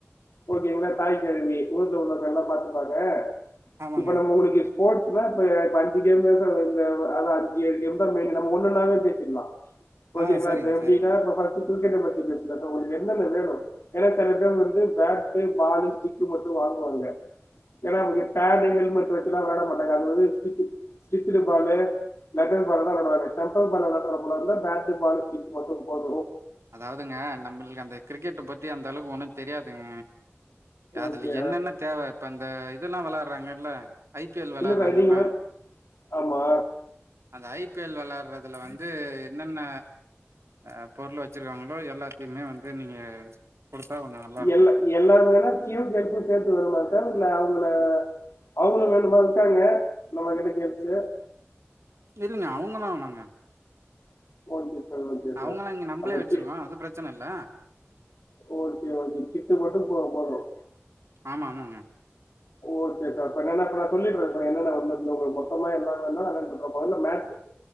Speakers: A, on the left; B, on the right.
A: ஓகேங்களா தாய்க்கெழவி உயர்ந்த உள்ளத்த எல்லா பாத்துப்பாங்க
B: ஆமாங்க
A: இப்ப நம்ம <unintelligible> ஸ்போர்ட்ஸ்ல இப்ப இப்ப அஞ்சு கேம்தா சார் இந்த ஆனா அஞ்சு ஆறு கேம்தா மெய்ன் நம்ம ஒண்ணு ஒண்ணாவே பேசிடலா. ஓக்கேங்லா
B: ஆ சரிங்க
A: இப்ப எப்டினா
B: சரிங்க
A: <unintelligible> கிரிக்கெட்ட பத்தி பேசு <unintelligible> என்னென்ன வேணு ஏன்னா சில பேர் வந்து பேட்டு பாலு ஸ்டிக்கு மட்டு வாங்குவாங்க ஏன்னா அவங்க பேடு ஹெல்மெட் வச்சல்லா வெளையாட மாட்டாங்க அது வந்து ஸ்டிச்சு ஸ்டிச்சிடு பாலு லெதர் பால்தா வெளையாடுவாங்க சென்ட்ரல் <unintelligible> வெளையாடற போல இருந்தா பேட்டு பாலு சீட் மட்டு போது
B: அதாவதுங்க நம்மளுக்கு அந்த கிரிக்கெட பத்தி அந்த அளவுக்கு ஒண்ணும் தெரியாதுங்க ய அதுல
A: ஓகே
B: என்னென்ன தேவ இப்ப அந்த இதெல்லாம் வெலா <unintelligible> ஐ பி எல் வெளையாட்றாங்கல்ல
A: இல்ல சார் நீங்க மட்- ஆமா
B: அந்த ஐ பி எல் வெளையாடுறதுல வந்து என்னென்ன ஆ பொருள் வச்சிருக்காங்களோ எல்லாத்தையுமே வந்து நீங்க குடுத்தா கொஞ்சம் நல்லாருக்கும்.
A: எல்லா எல்லாமே <unintelligible> சேர்த்து வர மாரி சார் இல்ல அவங்கள அவங்களும் வேண்டுமா இருக்காங்க நம்ம கிட்ட <unintelligible>
B: இல்லங்க அவங்கலாம் வேனாங்க
A: <unintelligible>
B: அவங்களாம்
A: சார்
B: இங்க நம்பமளே
A: அப்ப
B: வச்சிருக்கோம்
A: கி
B: அதுவும் பிரச்சனை இல்ல
A: ஓகே ஓகே கிட்டு மட்டும் போ போதும்
B: ஆமா, ஆமாங்க.
A: ஓகே சார் இப்ப என்னனா இப்ப நான் சொல்லிடுறேன் சார் என்னென்ன வந்த உங்க மொத்தமா என்ன வேணுனா <unintelligible> இந்த மேட்